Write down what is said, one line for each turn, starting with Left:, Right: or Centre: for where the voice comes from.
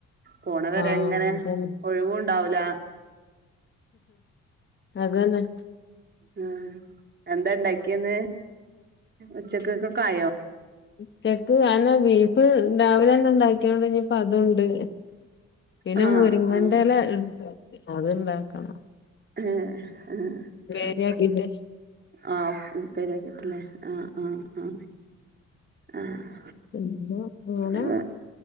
Right: പോണ വരെ
Left: ആഹ്
Right: ങ്ങനെ
Left: അതന്നെ
Right: ഒഴിവുംണ്ടാവൂല.
Left: അതന്നെ.
Right: ഹ്മ് എന്താ ഇണ്ടാക്ക്യേന്ന് ഉച്ചക്കെക്കെക്കായോ?
Left: ഉച്ചക്ക് അതന്നെ ബീഫ് രാവിലെന്നെ ഇണ്ടാക്ക്യോണ്ട് ഇഞ് പ്പ അതൂണ്ട്. പിന്നെ
Right: ആഹ്
Left: മുരിങ്ങന്റെല
Right: ആഹ്
Left: ഇട്ത്ത് <unintelligible> അത് ഇണ്ടാക്കണം.
Right: ഏഹ്.
Left: പ്പേര്യാക്കീട്ട്.
Right: ഏഹ് ആഹ് ഉ ഉപ്പേര്യാക്കീട്ട് ല്ലേ ആഹ് ആഹ് ആഹ്. ആഹ്.
Left: പിന്ന അങ്ങനെ
Right: ആഹ്